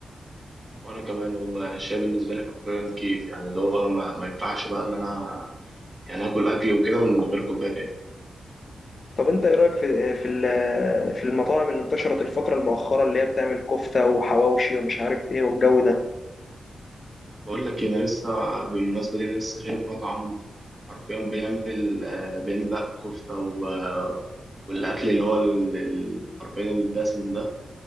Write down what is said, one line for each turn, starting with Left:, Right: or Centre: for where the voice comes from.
Right: وانا كمان والله يعني الشاي بالنسبه لي حرفيا كيف يعني اللي هو ما, ما ينفعش بقى ان انا يعني اكل اكل وكده من غير كوبايه شاي
Left: طب انت ايه رايك في في ال- في المطاعم اللي انتشرت الفتره المؤخره اللي هي بتعمل كفته وحواوشي ومش عارف ايه والجو ده
Right: بقول لك إيه، انا لسه بالمناسبه دي انا لسه شايف مطعم حرفيا بيعمل آه، بيعمل بقى كفته و- آه، والاكل اللي هو ال- ال- حرفيا الدسم ده